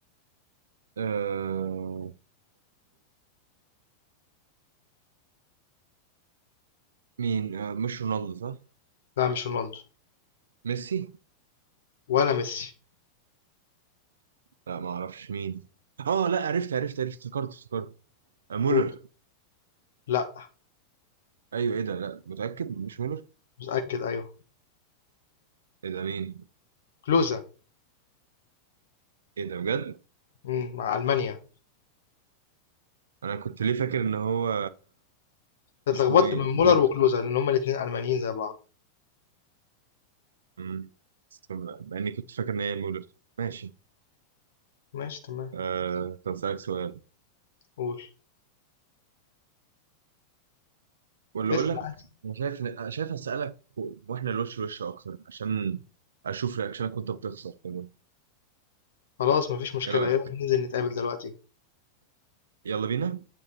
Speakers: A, on the right; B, on the left.
A: آه مين آه مش رونالدو صح؟
B: لا مش رونالدو
A: ميسي؟
B: ولا ميسي
A: لا ما اعرفش مين اه لا عرفت عرفت عرفت افتكرت افتكرت آه مولر
B: قول لا
A: ايوه ايه ده لا متأكد مش مولر
B: متأكد أيوه
A: ايه ده مين؟
B: كلوزا
A: ايه ده بجد؟
B: امم مع ألمانيا
A: انا كنت ليه فاكر ان هو
B: أنت
A: اسمه
B: اتلخبطت
A: ايه
B: من مولر
A: مولر
B: وكلوزا لأن هما الاتنين ألمانيين زي بعض
A: مم. مع اني كنت فاكر ان هي مولر ماشي
B: ماشي تمام
A: آه... طب اسالك سؤال
B: قول
A: ولا
B: اسأل
A: اقول لك
B: عادي.
A: انا شايف انا شايف اسالك و- واحنا الوش وش اكتر عشان اشوف رياكشنك وانت بتخسر كمان
B: خلاص مفيش مشكلة
A: ايه رايك
B: يلا ننزل نتقابل دلوقتي
A: يلا بينا